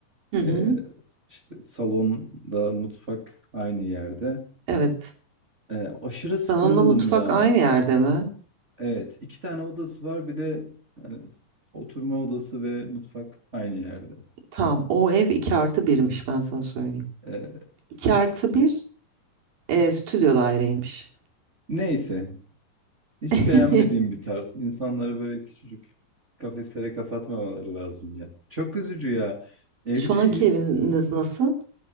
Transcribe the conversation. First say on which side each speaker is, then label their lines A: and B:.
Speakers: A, on the right; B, on the right.
A: Hı hı.
B: Ee, işte salonda mutfak aynı yerde.
A: Evet.
B: Ee, aşırı sıkılıyordum
A: Salonla mutfak
B: ya.
A: aynı yerde mi?
B: Evet, iki tane odası var. Bir de hani, oturma odası ve mutfak aynı yerde.
A: Tamam. O ev 2 artı birmiş, ben sana söyleyeyim.
B: Ee,
A: 2 artı bir, e, stüdyo daireymiş.
B: <laughs> neyse, Hiç
A: <laughs>
B: beğenmediğim bir tarz. İnsanları böyle küçücük kafeslere kapatmamaları lazım ya. Çok üzücü ya. Evde
A: Şu anki
B: yü-
A: eviniz nasıl?